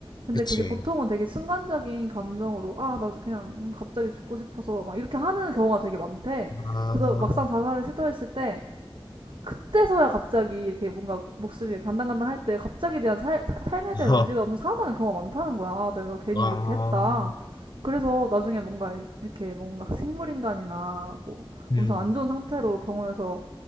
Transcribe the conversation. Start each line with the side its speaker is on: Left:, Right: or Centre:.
Right: 근데
Left: 그치.
Right: 그게 보통은 되게 순간적인 감정으로 아, 나 그냥 갑자기 죽고 싶어서 막 이렇게 하는 경우가 되게 많대.
Left: 아,
Right: 그래서 막상 자살을 시도했을 때 그때서야 갑자기 이렇게 뭔가 목숨이 간당간당할 때 갑자기 대한 살, 삶에 대한
Left: 아,
Right: 의지가 엄청 살아나는 경우가 많다는 거야. 아, 내가 괜히
Left: 아,
Right: 이렇게 했다. 그래서 나중에 뭔가 이렇게 뭔가 식물인간이나 뭐
Left: 음.
Right: 엄청 안 좋은 상태로 병원에서